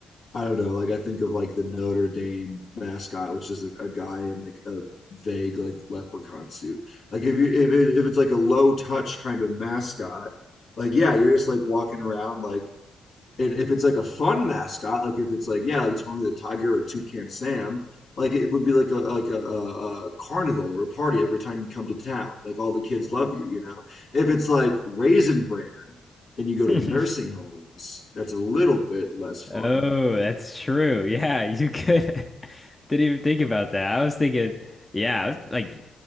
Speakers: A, on the left (about 65°); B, on the left (about 20°).
A: I don't know, like I think of like the Notre Dame mascot which is like a guy in like a vague like leprechaun suit. Like if you if it, if it's like a low touch kind of mascot, like yeah, you're just like walking around like and if it's like a fun mascot, like if it's like yeah, like Tony the Tiger or Toucan Sam, like it would be like a like a, a, a carnival or a party every time you come to town. Like all the kids love you, you know. If it's like Raisin Bran and you go to
B: <laughs>
A: nursing homes, that's a little bit less fun.
B: Oh,
A: But
B: that's true. Yeah, you could. <laughs> Didn't even think about that. I was thinking, yeah, like